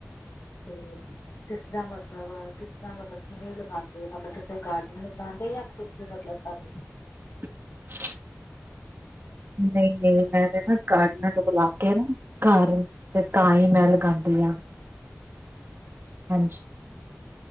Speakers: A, on the left; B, on the right.
A: ਤੇ ਕਿਸ ਤਰ੍ਹਾਂ ਮਤਲਬ ਕਿਸ ਤਰ੍ਹਾਂ ਮਤਲਬ ਕਿਵੇਂ ਲਗਾਉਂਦੇ, ਮਤਲਬ ਕਿਸੇ ਗਾਰਡਨਗ ਚ ਲਗਾਉਂਦੇ, ਜਾਂ ਖੁਦ ਮਤਲਬ ਕਰ
B: <inaudible> ਨਹੀਂ- ਨਹੀਂ ਮੈਂ ਤੇ ਨਾ ਗਾਰਡਨਾਂ, ਨੂੰ ਬੁਲਾ ਕੇ ਨਾ ਘਰ ਤੇ, ਤਾਂ ਹੀ ਮੈਂ ਲਗਾਉਂਦੀ ਹਾਂ। ਹਾਂਜੀ,